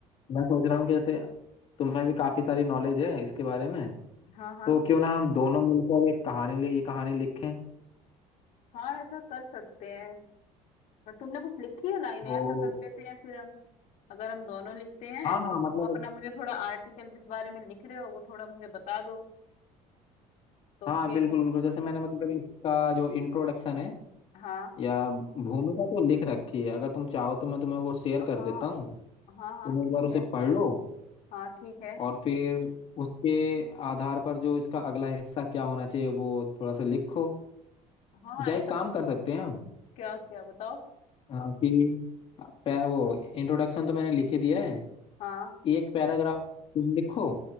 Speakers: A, on the left; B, on the left.
A: मैं सोच रहा हूँ कि जैसे तुम्हें भी काफी सारी नॉलेज है इसके बारे में
B: हाँ हाँ
A: तो क्यों ना हम दोनों मिलकर एक कहानी लि- ये कहानी लिखें
B: हाँ ऐसा कर सकते हैं पर तुमने कुछ लिखी है लाइन
A: तो
B: ऐसा कर लेते हैं फिर हम अगर हम दोनों लिखते हैं
A: हाँ
B: तो
A: हाँ
B: तुम
A: मतलब
B: अपना मुझे थोड़ा आर्टिकल जिस बारे में लिख रहे हो वो थोड़ा मुझे बता दो तो
A: हाँ
B: फिर
A: बिल्कुल
B: हम
A: बिल्कुल जैसे मैंने मतलब इसका जो इंट्रोडक्शन है
B: हाँ
A: या भूमिका तो लिख रखी है अगर तुम चाहो तो मैं तुम्हें वो शेयर
B: हाँ
A: कर देता हूँ
B: हाँ
A: तुम
B: हाँ
A: एक
B: ठीक
A: बार उसे
B: है
A: पढ़ लो
B: हाँ ठीक है
A: और फिर उसके आधार पर जो इसका अगला हिस्सा क्या होना चाहिए वो थोड़ा सा लिखो
B: हाँ हाँ,
A: या
B: ऐसा
A: एक काम
B: क-
A: कर सकते हैं हम
B: क्या क्या बताओ
A: अ, कि पै- वो इंट्रोडक्शन तो मैंने लिख ही दिया है
B: हाँ
A: एक पैराग्राफ तुम लिखो